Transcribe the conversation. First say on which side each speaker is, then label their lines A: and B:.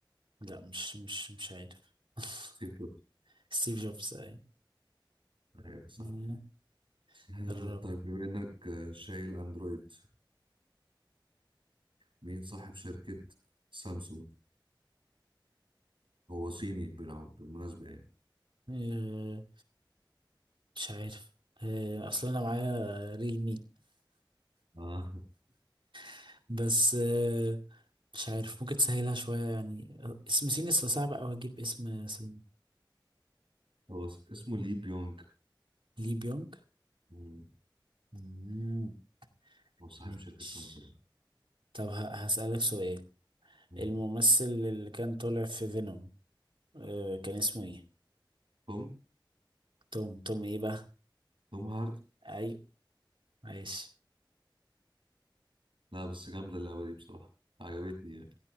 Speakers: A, on the right (about 75°); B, on the right (about 90°).
A: لا مش مش مش عارف <laughs>
B: ستيف جوبز
A: ستيف جوبز أي.
B: ايوه صح
A: آه،
B: آه،
A: قرب
B: طيب بما انك آه، شايل اندرويد مين صاحب شركة سامسونج هو صيني بنا- بالمناسبة يعني
A: آه، مش عارف آه، اصل انا معايا ريلمي
B: اه
A: <laughs> بس آه، مش عارف ممكن تسهلها شوية يعني آه، اسم سين اصل صعب اوي اجيب اسم سين
B: <laughs> هو اس- اسمه لي بيونج
A: لي بيونج
B: مم.
A: مم،
B: هو صاحب
A: ماشي
B: شركة سامسونج
A: طب ه- هسألك سؤال
B: مم.
A: الممثل اللي كان طالع في فينوم آه، كان اسمه ايه
B: توم
A: توم توم ايه بقى
B: توم هارد
A: اي عايش
B: لا بس جامدة اللعبة دي بصراحة عجبتني يعني.